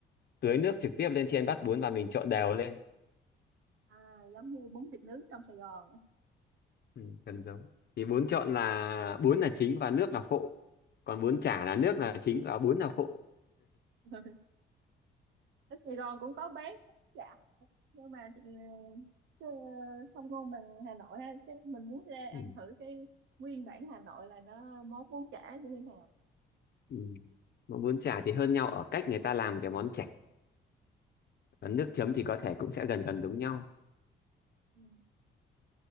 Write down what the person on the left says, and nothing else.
tưới nước trực tiếp lên trên bát bún và mình trộn đều lên
ừ, gần giống thì bún trộn là bún là chính và nước là phụ còn bún chả
là nước là chính và bún là phụ
ừ.
Ừ. Mà bún chả thì hơn nhau ở cách người ta làm cái món chả còn nước chấm thì
có thể cũng sẽ gần gần giống nhau